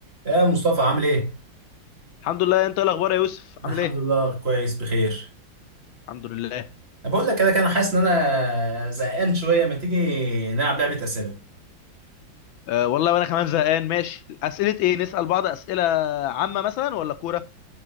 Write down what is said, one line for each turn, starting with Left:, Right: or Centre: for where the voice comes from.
Right: يا مصطفى عامل ايه؟
Left: الحمد لله انت ايه الاخبار يا يوسف عامل
Right: الحمد
Left: ايه
Right: لله كويس بخير
Left: الحمد لله
Right: انا بقول لك كده كده انا حاسس ان انا زهقان شويه ما تيجي نلعب لعبه اسئله
Left: أه والله وانا كمان زهقان ماشي اسئله ايه نسال بعض اسئله عامه مثلا ولا كوره